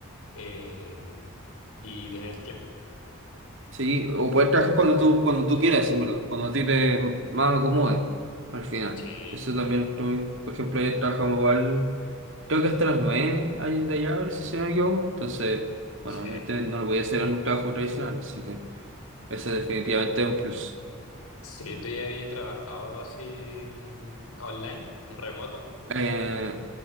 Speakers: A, on the left (about 85°); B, on the right (about 55°).
A: eh, y tener tiempo.
B: sí. O poder trabajar cuando tú, cuando tú quieras, en verdad. Cuando a ti te más acomode, al final.
A: Sí,
B: Eso también, lo encuentro bien. por ejemplo, ayer trabajamos igual, creo que hasta las 9 ayer- de allá, ahora si no me equivoco. Entonces, bueno,
A: sí.
B: obviamente no lo voy a hacer en un trabajo tradicional, así que ese definitivamente es un plus.
A: Sí, tú ya habías trabajado así mm, online, remoto.
B: Eh,